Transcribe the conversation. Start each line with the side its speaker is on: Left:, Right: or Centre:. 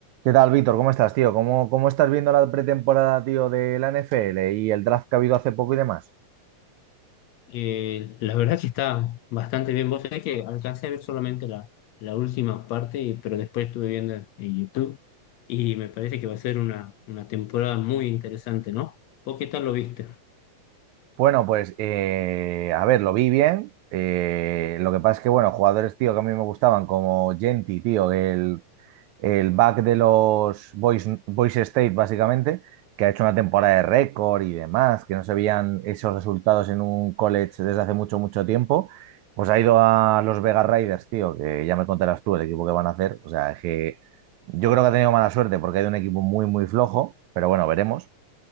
Right: ¿Qué tal, Víctor? ¿Cómo estás, tío? ¿Cómo, cómo estás viendo la pretemporada, tío, de la NFL y el draft que ha habido hace poco y demás?
Left: Eh, la verdad que está bastante bien. Vos sabés que alcancé a ver solamente la, la última parte, y- pero después estuve viendo en YouTube y me parece que va a ser una, una temporada muy interesante, ¿no? ¿Vos qué tal lo viste?
Right: Bueno, pues, eh, a ver, lo vi bien. eh, lo que pasa es que, bueno, jugadores, tío, que a mí me gustaban, como Genti, tío, el el back de los Boys, Boys State, básicamente, que ha hecho una temporada de récord y demás, que no se veían esos resultados en un college desde hace mucho, mucho tiempo. Pues ha ido a los Vegas Raiders, tío, que ya me contarás tú el equipo que van a hacer. O sea, es que yo creo que ha tenido mala suerte porque hay un equipo muy, muy flojo, pero bueno, veremos.